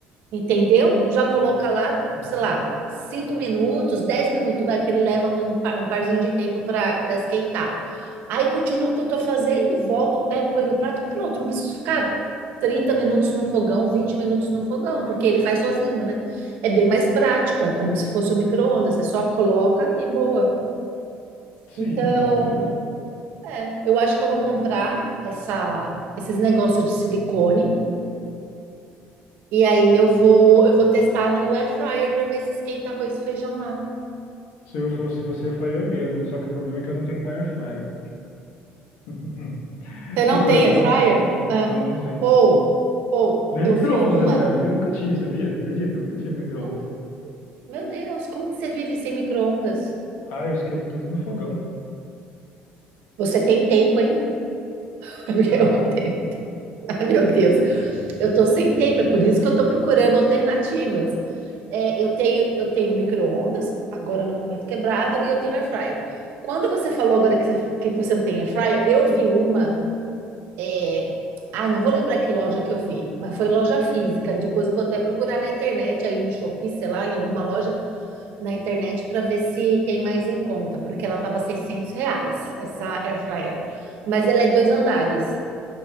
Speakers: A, on the right; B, on the left.
A: entendeu? Já coloca lá,
B: Uhum.
A: sei lá, cinco minutos, dez minutos, vai, porque ele leva um, par, um parzinho de tempo para para esquentar. Aí continuo o que eu estou fazendo, volto, pego, põe no prato, pronto, não preciso ficar 30 minutos no fogão, 20 minutos no fogão, porque ele faz sozinho, né? É bem mais prático, é como se fosse um micro-ondas, você só coloca e boa.
B: Sim,
A: Então,
B: basicamente.
A: é, eu acho que eu vou comprar essa, esses negócios de silicone e aí eu vou eu vou testar no air fryer para ver se esquenta arroz e feijão lá.
B: Se eu fosse você, eu faria o mesmo. Só que o problema é que eu não tenho uma air fryer. <laughs>
A: Você não
B: Que coisa,
A: tem air
B: não?
A: fryer? É.
B: Não, não tem.
A: Ou ou
B: Nem
A: eu
B: micro-ondas,
A: vi uma.
B: aliás. Eu nunca tive, sabia? Acredita? Eu nunca tive micro-ondas.
A: Como- meu Deus, como que você vive sem micro-ondas?
B: Ah, eu esquento tudo no fogão.
A: Você tem tempo, hein? <laughs> Porque
B: Ah,
A: eu não tenho. Ai, meu Deus. Eu tô sem tempo, é por isso que eu tô procurando alternativas. É, eu tenho, eu tenho micro-ondas, agora no momento quebrado, e eu tenho air fryer. Quando você falou agora que você, que você não tem air fryer, eu vi uma. é, Ah, não vou lembrar que loja que eu vi, mas foi loja física. Depois eu vou até procurar na internet, aí no Shopee, sei lá, em alguma loja na internet, para ver se tem mais em conta, porque ela tava 600 reais, essa air fryer. Mas ela é dois andares,